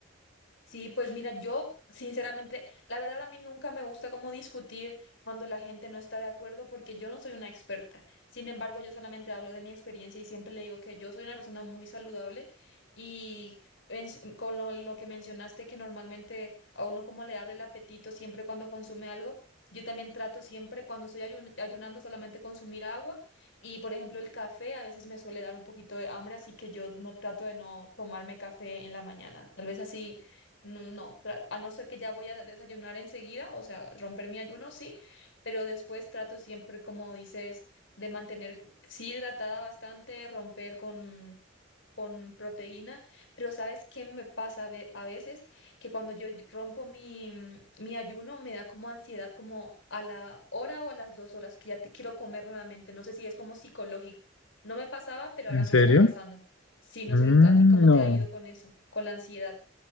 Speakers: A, on the left; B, on the left.
A: Sí, pues mira, yo sinceramente, la verdad a mí nunca me gusta como discutir cuando la gente no está de acuerdo porque yo no soy una experta. Sin embargo, yo solamente hablo de mi experiencia y siempre le digo que yo soy una persona muy saludable y en- con lo, lo que mencionaste que normalmente a uno como le abre el apetito siempre cuando consume algo, yo también trato siempre cuando estoy ayun- ayunando solamente consumir agua y por ejemplo el café a veces me suele dar un poquito de hambre, así que yo no trato de no tomarme café en la mañana. Tal vez así no, no, tra- a no ser que ya voy a desayunar enseguida, o sea, romper mi ayuno, sí, pero después trato siempre, como dices, de mantener, sí, hidratada bastante, romper con, con proteína, pero ¿sabes qué me pasa a ve- a veces? Que cuando yo rompo mi, mm, mi ayuno me da como ansiedad, como a la hora o a las dos horas, que ya te quiero comer nuevamente, no sé si es como psicológico. No me pasaba, pero ahora
B: ¿En
A: me
B: serio?
A: está pasando. Sí, no
B: Mm,
A: sé a ti cómo
B: no.
A: te ha ido con eso, con la ansiedad